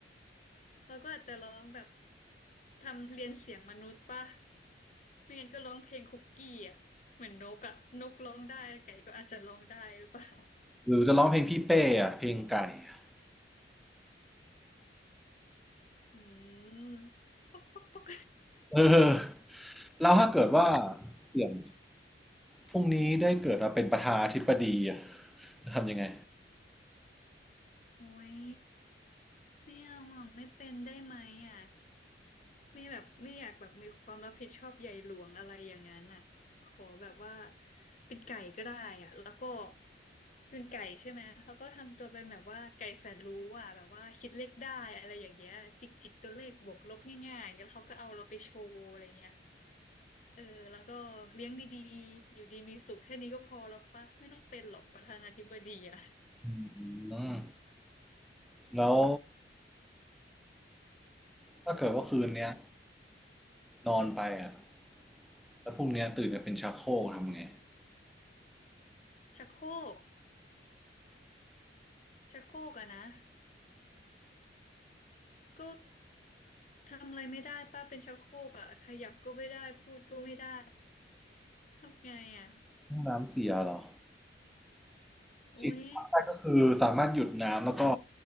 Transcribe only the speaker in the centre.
หรือจะร้องเพลงพี่เป้อ่ะเพลงไก่อะ
เออแล้วถ้าเกิดว่าเปลี่ยนพรุ่งนี้ได้เกิดมาเป็นประธานาธิบดีอ่ะจะทำยังไง
อืมแล้วถ้าเกิดว่าคืนเนี้ยนอนไปอ่ะแล้วพรุ่งเนี้ยตื่นมาเป็นชักโครกทำไง
ห้องน้ำเสียเหรอ
สิ่งที่ทำได้ก็คือสามารถหยุดน้ำแล้วก็